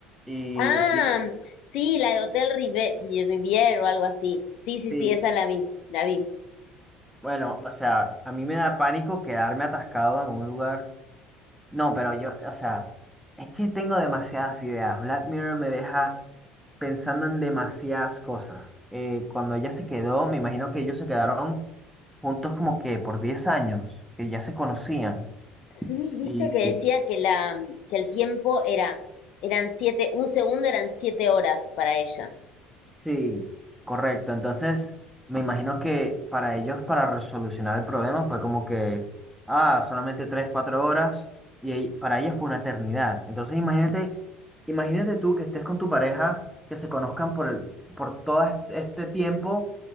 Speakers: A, in the centre; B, on the left.
A: y...
B: Ah,
A: y-
B: sí, la de Hotel Rive- Riviera o algo así. Sí, sí,
A: Sí.
B: sí, esa la vi, la vi.
A: Bueno, o sea, a mí me da pánico quedarme atascado en un lugar No, pero yo, o sea, es que tengo demasiadas ideas. Black Mirror me deja pensando en demasiadas cosas. Eh, cuando ella se quedó, me imagino que ellos se quedaron juntos como que por 10 años, que ya se conocían.
B: Sí, viste
A: Y,
B: que decía que la, que el tiempo era, eran siete, un segundo eran siete horas para ella.
A: Sí, correcto. Entonces, me imagino que para ellos, para resolucionar el problema, fue como que, ah, solamente tres, cuatro horas, y ahí- para ella fue una eternidad. Entonces, imagínate, imagínate tú que estés con tu pareja, que se conozcan por el, por todo est- este tiempo